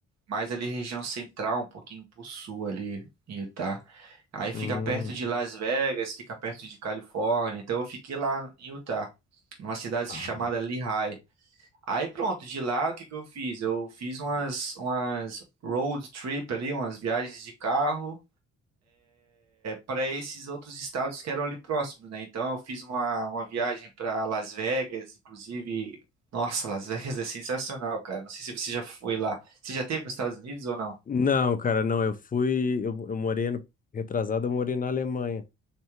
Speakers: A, on the right; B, on the left.
A: mais ali região central, um pouquinho pro sul ali em Utah. Aí fica
B: Hum.
A: perto de Las Vegas, fica perto de Califórnia. Então eu fiquei lá em Utah, numa cidade
B: Ah.
A: chamada Lehigh. Aí pronto, de lá o que que eu fiz? Eu fiz umas umas road trip ali, umas viagens de carro para esses outros estados que eram ali próximos, né? Então eu fiz uma, uma viagem para Las Vegas, inclusive. Nossa, Las Vegas é sensacional, cara. Não sei se você já foi lá. Você já esteve nos Estados Unidos ou não?
B: Não, cara, não. Eu fui. Eu, eu morei ano retrasado, eu morei na Alemanha.